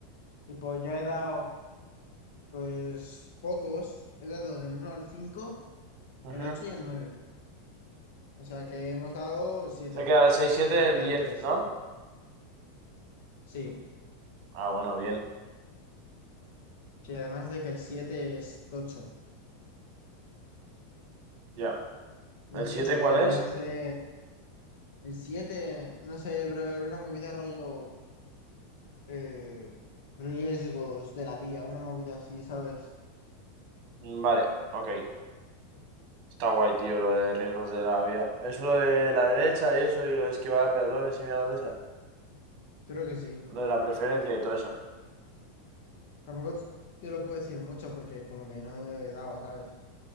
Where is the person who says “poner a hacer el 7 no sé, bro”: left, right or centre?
Left